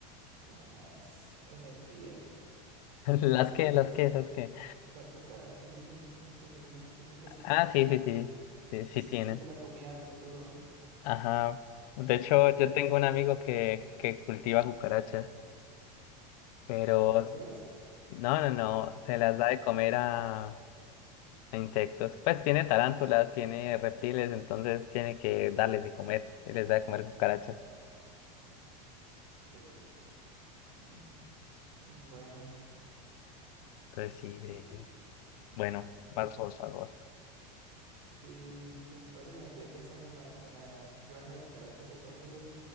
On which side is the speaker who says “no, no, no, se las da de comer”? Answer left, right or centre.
Left